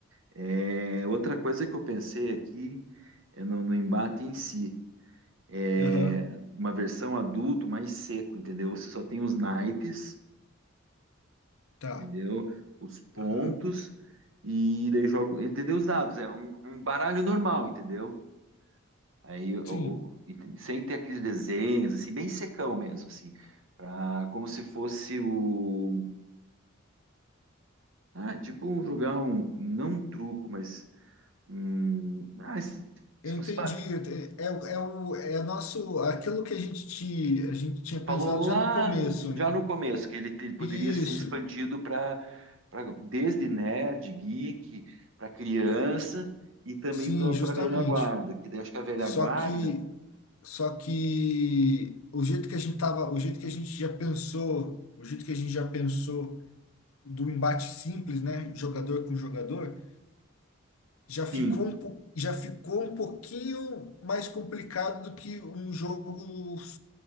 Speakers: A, on the right (about 65°); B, on the left (about 80°).
A: É, outra coisa que eu pensei aqui é no, no embate em si. é,
B: Aham,
A: uma versão adulto mais seco, entendeu? Você só tem os naipes,
B: tá.
A: entendeu? Os pontos
B: Aham.
A: e daí joga, entendeu? Os dados, é um, um baralho normal, entendeu? Aí, o-
B: Sim.
A: o- ent- sem ter aqueles desenhos, assim, bem secão mesmo, assim, pra, como se fosse o, ah, tipo um- jogar um, não um truco, mas, um, ah, se,
B: Eu
A: se fosse
B: entendi.
A: baralho,
B: É, é o- é, o, é nosso, aquilo que a gente, ti- a gente tinha
A: falou
B: pensado já
A: lá
B: no começo, né?
A: já no começo que ele, te- ele poderia
B: Isso.
A: ser expandido para desde nerd, geek, para criança e também
B: Sim,
A: para a
B: justamente.
A: velha guarda, que daí acho que a velha
B: Só
A: guarda,
B: que, só que o jeito que a gente tava, o jeito que a gente já pensou, o jeito que a gente já pensou do embate simples, né, jogador com jogador, já ficou
A: sim,
B: um, po- já ficou um pouquinho mais complicado do que um jogo